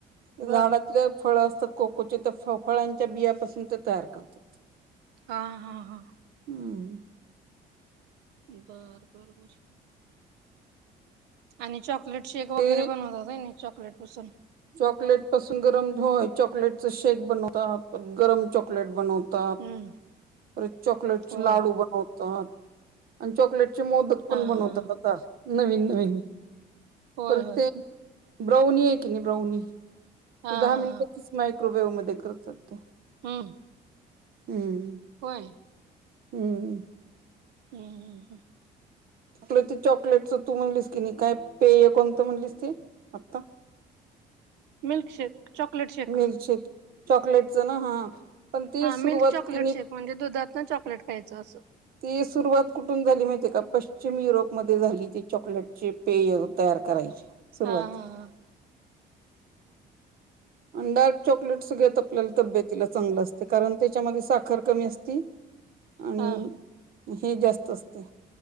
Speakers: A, on the right; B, on the right.
A: बर
B: झाडातले फळ असतात कोकोचे त्या फ फळांच्या बियापासून ते तयार करतो
A: हा हां हां
B: हम्म
A: बर बर बर आणि चॉक मिल्क शेक वगैरें
B: ते
A: पणं बनवतांत कायं चॉकलेटपासूंन
B: चॉकलेट पासूंन गरमं होयं चॉकलेटच शेक बनवतांत गरमं चॉकलेट बनवंत तांत
A: हम्म
B: परंत चाँकलेटचे
A: हो
B: लांडू बनवतांत आणि चाँकलेट चॉकलेटचे मोदक
A: हा
B: पणं बनवतांत
A: हा
B: आंता नवीन नवीन
A: होय
B: परंत
A: होय
B: ते गउनी आहे कि नाहीं गउनी
A: हा
B: ते दहा
A: हा
B: मिनिटांतच
A: हा
B: मायक्रोवेव्ह मध्यें करतांत ते
A: हम्मं
B: हम्मं
A: होयं
B: हम्मं
A: हम्मं हम्मं हमं
B: आपलं ते चॉकलेटच तूं म्हणलीस की नाहीं कायं पेय कोणतं म्हणलीस ते आंत्ता
A: milkshake chocolate shake
B: milkshake चॉकलेटच नां हां पणं ते
A: हा मिल्क
B: सुरुवांत
A: चॉकलेट
B: केली
A: शेक म्हणजे दुधांत नं चॉकलेट खायचं असं
B: ती सुरुवांत कुंठून झाली माहितेय कां पश्चिम युरोपमध्यें झाली ती चॉकलेट ची पेयं तयार करायची सुरुवात
A: हां हां हां
B: डार्क चॉकलेट सगळं आपल्याला तब्यतीला चांगलं असतं कारणं ते त्यांच्यामध्ये सांखर कमी असती आणि
A: हा
B: हे जास्तं असतंय